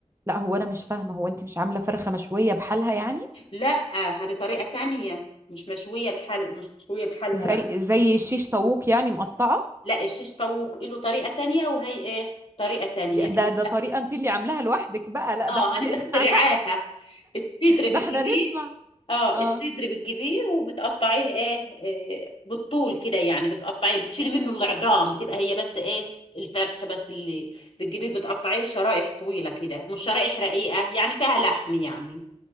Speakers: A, on the right (about 20°); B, on the left (about 55°).
A: لا هو انا مش فاهمه هو انت مش عامله فرخه مشويه بحالها يعني
B: لا هذه طريقه تانية مش مشويه الحل مش مشويه بحالها
A: زي
B: لا
A: زي الشيش طاووق يعني مقطعه
B: لا الشيش طاووق له طريقه تانية وهي ايه طريقه تانية
A: يا- ده
B: الف-
A: ده طريقه انت اللي عاملاها لوحدك بقى لا
B: اه
A: ده احنا
B: انا
A: نسمع
B: مخترعاها
A: بقى
B: الصدر بتجيبيه
A: ده احنا نسمع
B: اه
A: اه
B: الصدر بتجيبيه وبتقطعيه ايه آه، بالطول كده يعني بتقطعيه بتشيلي منه العظام بتبقى هي بس ايه الفرخ بس اللي بتجيبيه بتقطعيه شرائح طويلة كده مش شرائح رقيقة يعني فيها لحم يعني